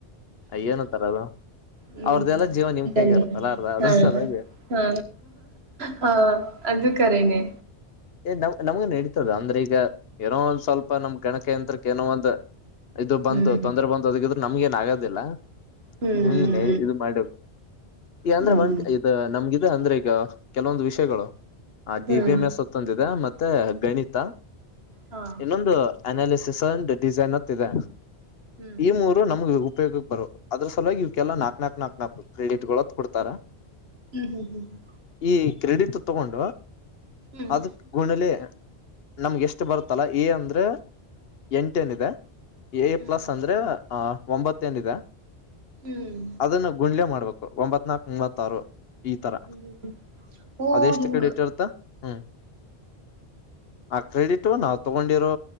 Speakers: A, on the left; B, on the right.
A: ಏನ್ ಅಂತರದು
B: ಹ್ಮ್
A: ಅವ್ರದ್ದೆಲ್ಲ ಜೀವನ ನಿಮ್
B: ಇದಲ್ಲಿ
A: ಕೈಗೆ ಇರ್ತ್ತಲ್ಲ ಅರ್ದ ಅದ್ರ
B: ಹಾ
A: ಸಲುವಗ್
B: ಹಾ ಹಾ ಅದು ಕರೇನೆೇ
A: ಏ ನಮ್ ನಮ್ಗ ನೆಡಿತದ ಅಂದ್ರೆ ಈಗ ಏನೋ ಒಂದ್ ಸ್ವಲ್ಪ ನಮ್ ಗಣಕಯಂತ್ರಕ್ಕೆ ಏನೋ ಒಂದ ಇದು ಬಂತು
B: ಹ್ಮ್
A: ತೊಂದ್ರೆ ಬಂದು ಅದಕ್ಕಿದ್ರೆ ನಮ್ಗೆ ಏನ್ ಆಗೋದಿಲ್ಲ
B: ಹ್ಮ್
A: ಹ್ಮ ಇದು ಮಾಡ ಈಗ ಅಂದ್ರೆ
B: ಹ್ಮ್ ಹ್ಮ್
A: ನಮಗೆ ಇದು ಅ ಅಂದ್ರೆ ಈಗ ಕೆಲವೊಂದು ವಿಷಯಗಳು ಆ
B: ಹ್ಮ್
A: ಡಿ ಬಿ ಎಂ
B: ಹ್ಮ್
A: ಎಸ್ ಇ ಮತ್ತೆ ಗಣಿತ
B: ಹಾ
A: ಇನ್ನೊಂದು ಅನಾಲಿಸಿಸ್ ಒಂದು ಡಿಸೈನ್ ಅಂತ ಇದೆ
B: ಹ್ಮ್
A: ಈ ಮೂರು ನಮ್ಗೆ ಉಪಯೋಗ ಬರು ಅದ್ರ ಸಲುವಾಗಿ ಇವ್ಕ್ಕೆಲ್ಲ ನಾಕಕ್ ನನಾಕಕ್ ನಾಕ್ ನನಾಕು ಕ್ರಡಿಟ್ ಕೊಡ್ತಾರ
B: ಹ್ಮ್ ಹ್ಮ್ ಹ್ಮ್ ಹ್ಮ
A: ಈ ಕ್ರೆಡಿಟ್ ತಗೊಂಡು
B: ಹ್ಮ್
A: ಅದಕ್ ಗುಣಲಿ ನಮ್ಗೆ ಎಷ್ಟು ಬರುತ್ತಲ್ಲ ಈ ಅಂದ್ರೆ ಎಂಟ ಏನಿದೆ ಎ
B: ಹ್ಮ್
A: ಪ್ಲಸ್ ಅಂದ್ರೆ ಅ ಒಂಬತ್ತೇನ್ ಇದೆ
B: ಹ್ಮ್
A: ಅದನ್ನು ಗುಂಡ್ಲೆ ಮಾಡ್ಬೇಕು ಒಂಬತ್ ನಾಕ್ ಮೂವತ್ತಾರು ಈ ತರ
B: ಹ್ಮ್ ಓ
A: ಅದೆಷ್ಟು
B: ಹಿಂಗ
A: ಕಡಿ ಇಟ್ರ್ತ್ತ ಹ್ಮ್ ಆ ಕ್ರೆಡಿಟು ನಾವವು ತಗೊಂಡಿರೋ